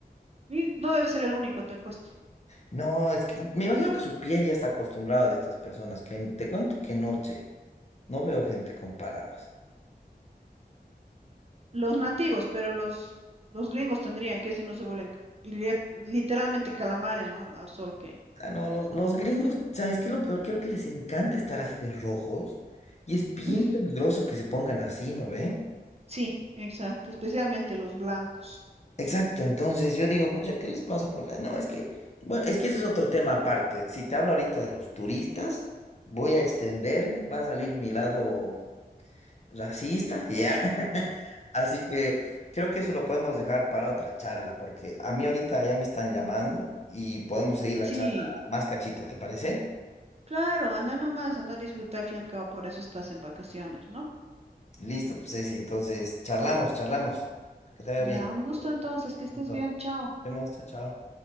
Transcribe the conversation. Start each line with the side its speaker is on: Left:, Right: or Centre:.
Right: Y no debe ser el único, te he puesto.
Left: No, es que me imagino que su piel ya está acostumbrada de estas personas, que en- te cuento que noche no veo gente con paraguas.
Right: los nativos, pero los, los gringos tendrían que si no se vuelven li- literalmente calamares, ¿no? Al sol que...
Left: Ah, no, los, los gringos, ¿sabes qué? es Lo peor, creo que les encanta estar así de rojos y es bien
Right: <laughs>
Left: peligroso que se pongan así, ¿no ve?
Right: Sí, exacto, especialmente los blancos.
Left: Exacto, entonces yo digo, pucha, ¿qué les pasa por la...? No, es que, bueno, es que ese es otro tema aparte. Si te hablo ahorita de los turistas, voy a extenderme, va a salir mi lado racista, ya. <laughs> Así que creo que eso lo podemos dejar para otra charla, porque a mí ahorita ya me están llamando y podemos seguir la
Right: Sí,
Left: charla más cachito, ¿te parece?
Right: claro, anda nomás, anda a disfrutar, al fin y al cabo, por eso estás en vacaciones, ¿no?
Left: Listo, pues Ceci, entonces charlamos, charlamos. Que te vaya
Right: Ya,
Left: bien.
Right: un gusto entonces, que estés
Left: Listo.
Right: bien,
Left: Nos
Right: chao.
Left: vemos, chao, chao.